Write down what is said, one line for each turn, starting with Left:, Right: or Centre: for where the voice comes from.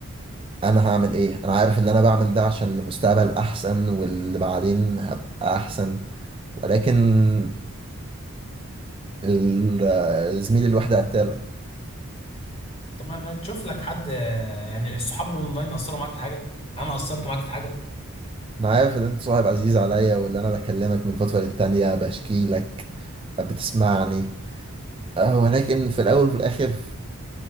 Right: أنا هعمل إيه؟ أنا عارف إن أنا بعمل ده عشان المستقبل أحسن واللي بعدين هبقى أحسن ولكن ال- زميلي الوحدة قتالة
Left: طب ما ما تشوف لك حد آه، يعني الصحاب الاونلاين اثروا معاك في حاجه انا اثرت معاك في حاجه
Right: أنا عارف إن أنت صاحب عزيز عليا واللي أنا بكلمك من فترة للتانية بشكي لك بتسمعني أه، ولكن في الأول وفي الآخر